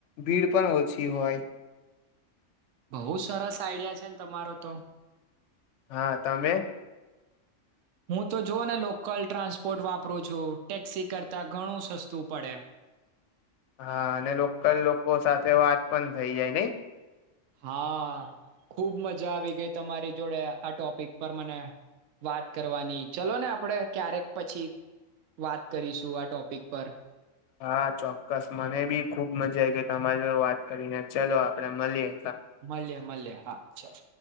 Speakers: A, on the left (about 70°); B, on the right (about 75°).
A: ભીડ પણ ઓછી હોય.
B: બહુ સરસ આઈડિયા છે ને તમારો તો.
A: હા તમે?
B: હું તો જોને લોકલ ટ્રાન્સપોર્ટ વાપરું છું ટેક્સી કરતા ઘણું સસ્તું પડે.
A: હા અને લોકલ લોકો સાથે વાત પણ થઈ જાય ને.
B: હા ખુબ મજા આવી ગઈ તમારી જોડે આ ટોપિક પર મને વાત કરવાની ચલો ને આપણેે ક્યારેક પછી વાત કરીશું આ ટોપિક પર.
A: હા ચોક્કસ મને બી ખુબ મજા આવી ગઈ તમારી જો વાત કરીને ચલો આપડે મળીએે.
B: મળીએ મળીએ હા ચાલ.